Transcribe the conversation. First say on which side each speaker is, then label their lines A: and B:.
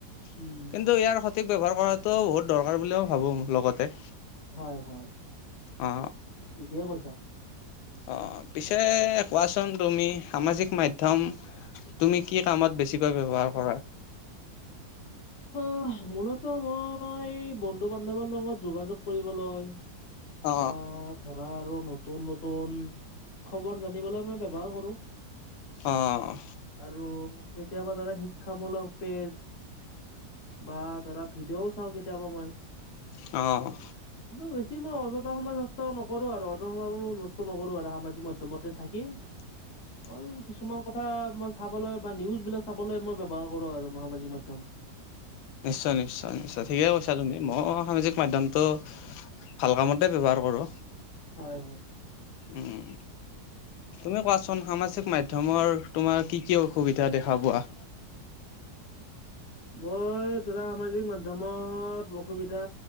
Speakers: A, on the left; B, on the left.
A: কিন্তু,
B: উম
A: ইয়াৰ স ঠিক ব্যৱহাৰ কৰাটোও বহুত দৰকাৰ বুলি ভাবো লগতে!
B: হয়, হয়!
A: অ
B: ঠিকে কৈছা?
A: অ', পিছে কোৱাচোন তুমি সামাজিক মাধ্যম তুমি কি কামত বেছিকৈ ব্যৱহাৰ কৰা!
B: আহ, মূলত মই এই বন্ধু বান্ধৱৰ লগত যোগাযোগ কৰিবলৈ?
A: অ
B: বা ধৰা আৰু নতুন নতুন খবৰ জানিবলৈ মই ব্যৱহাৰ কৰোঁ!
A: অ'!
B: আৰু কেতিয়াবা ধৰা শিক্ষামূলক পেজ বা ধৰা ভিডিঅও চাওঁ কেতিয়াবা মই?
A: অ'।
B: কিন্তু বেছি মই অযথা সময় নষ্ট নকৰো আৰু, অযথা সময়ই নষ্ট নকৰো আৰু সামাজিক মাধ্যমতে থাকি।
A: <inaudible>
B: অকল কিছুমান কথা মই চাবলৈ বা নিউজ বিলাক চাবলৈ মই ব্যৱহাৰ কৰো আৰু সামাজিক মাধ্যম।
A: নিশ্চয়, নিশ্চয়, নিশ্চয়! ঠিকেই কৈছা তুমি! মই সামাজিক মাধ্যমতটো ভাল কামতে ব্যৱহাৰ কৰোঁ।
B: হয়, হয়।
A: উম। তুমি কোৱাচোন, সামাজিক মাধ্যমৰ তোমাৰ কি কি অসুবিধা দেখা পোৱা?
B: মই ধৰা, সামাজিক মাধ্যমত অসুবিধা